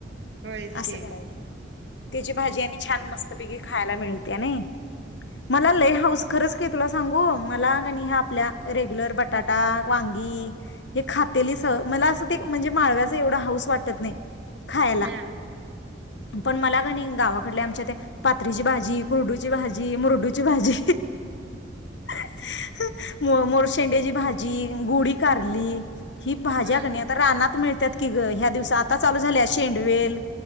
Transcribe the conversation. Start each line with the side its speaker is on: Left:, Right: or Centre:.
Right: होयच
Left: आस
Right: की
Left: करायच म त्याची भाजी आणि छान मस् सगळी ही खायाला मीळत्या नई मला लई हाऊस खरच की तुला सांगू मला ग नी हाआपल्या रे युलर बटाटा वांगी हे खातेली स मला अस ते म्हणजे माळव्याचा एवढ हाऊस वाटत नाइ खायला
Right: हा
Left: पण मला का गावा कडल्या आमच्या त्या पातरीची भाजी कुरडूची भाजी मुरडू कसली भाजी ह ह ह मोरशेंडे्याची भाजी गोडी कारली ही भाज्या
Right: हा
Left: क नाही आता रानात मिळते त्यात की ग ह्या दिवसआता चालू झाल्या शेंडवेल